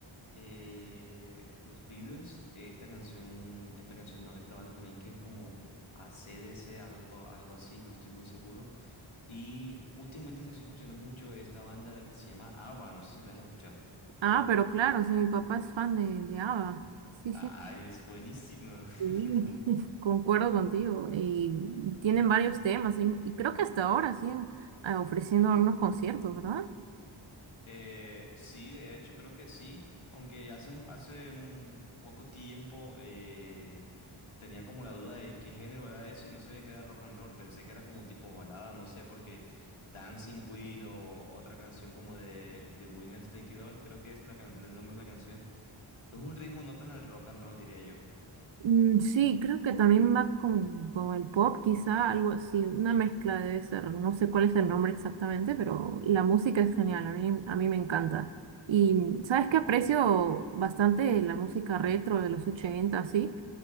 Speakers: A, on the left; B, on the right.
A: eh, los Beatles, esta canción, esta canción no, esta banda también que es como a c d c algo, algo así, no estoy muy seguro. Y últimamente se estoy escuchando mucho esta banda que se llama ABBA, no sé si la has escuchado.
B: Ah, pero claro, sí, mi papá es fan de, de ABBA. Sí, sí,
A: Ay, es buenísima.
B: sí,
A: <laughs>
B: <laughs> concuerdo contigo. Y tienen varios temas y, y creo que hasta ahora siguen ah, ofreciendo algunos conciertos, ¿verdad?
A: Eh, sí, de hecho creo que sí, aunque hace, hace un poco tiempo eh, tenía como la duda de qué género era eso y no sabía que era rock and roll, pensé que era como tipo balada, no sé, porque Dancing Queen o otra canción como de, de Winners Take It All, creo que es la can- el nombre de la canción. Es un ritmo no tan al rock and roll, diría yo.
B: Mm, sí, creo que también va con, con el pop, quizá algo así, una mezcla debe ser. No sé cuál es el nombre exactamente, pero la música es genial, a mí, a mí me encanta. Y sabes que aprecio bastante la música retro de los 80, sí.